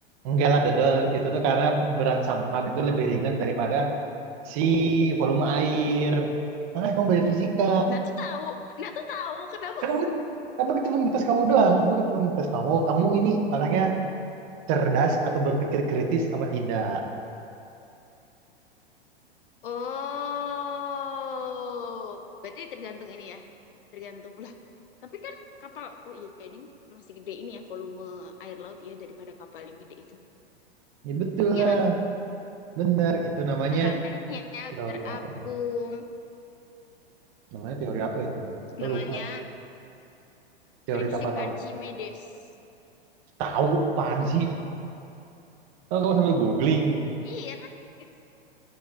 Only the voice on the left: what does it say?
Nah tuh tahu, nah tuh tahu kenapa?
Oh, berarti tergantung ini ya, tergantung lah. Tapi kan kapal, oh iya ini masih gede ini ya volume air laut ya daripada kapal yang gede itu,
iya
kan?
Makanya
terapung
namanya
prinsip
Archimedes.
Iya kan? It's-